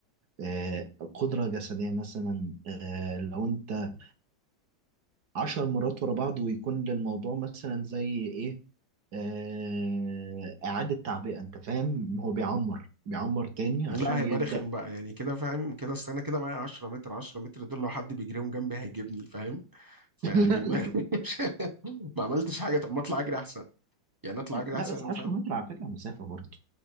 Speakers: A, on the right; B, on the right.
A: آه، قدرة جسدية مثلا آه، لو انت عشر مرات ورا بعض ويكون للموضوع مثلا زي ايه آه، إعادة تعبئة انت فاهم هو بيعمر بيعمر تاني عشان
B: لا هيبقى
A: يبدأ
B: رخم بقى يعني كده فاهم كده اصل انا كده معايا 10 متر 10 متر دول لو حد بيجريهم جنبي هيجيبني فاهم فيعني
A: <laughs>
B: ما
A: لا
B: <laughs> ما عملتش حاجه طب ما اطلع اجري احسن يعني اطلع اجري
A: لا
B: احسن
A: بس 10 متر على فكرة مسافة برضه